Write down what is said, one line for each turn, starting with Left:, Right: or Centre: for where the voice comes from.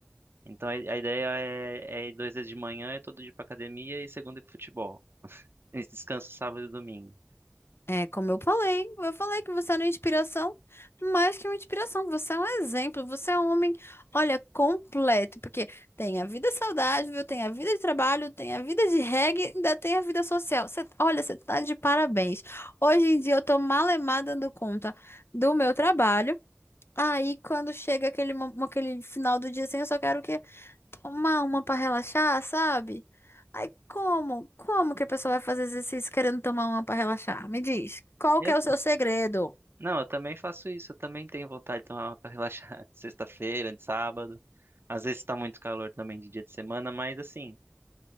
Right: Então a, a ideia é, é ir dois dias de manhã, é todo dia pra academia e segunda ir pro futebol. E Descanso sábado e domingo.
Left: É, como eu falei, eu falei que você era uma inspiração, mais que uma inspiração, você é um exemplo, você é um homem, olha, completo, porque tem a vida saudável, tem a vida de trabalho, tem a vida de reggae, ainda tem a vida social. Você, olha, você tá de parabéns. Hoje em dia eu tô malemada dando conta do meu trabalho, aí quando chega aquele, mo- aquele final do dia assim, eu só quero o quê? tomar uma pra relaxar, sabe? Aí como? Como que a pessoa vai fazer exercício querendo tomar uma pra relaxar? Me diz, qual
Right: Eu,
Left: que é o seu segredo?
Right: não, eu também faço isso. Eu também tenho vontade de tomar uma pra relaxar <laughs> de sexta-feira, de sábado. Às vezes tá muito calor também de dia de semana, mas assim,